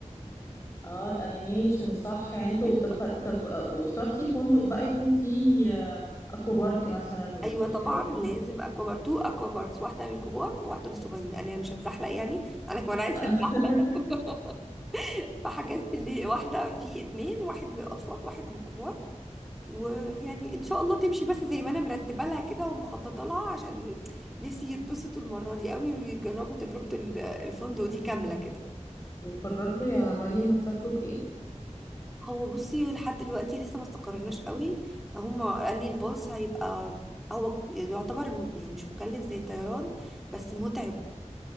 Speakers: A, on the left; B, in the centre.
A: اه الانيميشن صح يعني انتوا
B: ايوه
A: طب خ- طب آه، واخترتي فندق بقى يكون فيه آه، اكوا بارك مثلا والحاجات
B: ايوه طبعا لازم
A: دي
B: اكوا بارك تو اكوا باركس واحده للكبار وواحده للصغيرين انا مش هتزحلق يعني انا كمان عايزه
A: <laughs>
B: اتزحلق <laughs> فحجزت اللي واحده في اتنين واحد للاطفال واحد للكبار ويعني ان شاء الله تمشي بس زي ما انا مرتبه لها كده ومخططه لها عشان نفسي يتبسطوا المره دي قوي ويجربوا تجربه ال- الفندق دي كامله كده
A: وقررتوا يا مريم هتسافروا بايه
B: هو بصي لحد دلوقتي لسه ما استقرناش قوي هما قال لي الباص هيبقى هو يعتبر يعني مش مكلف زي الطيران بس متعب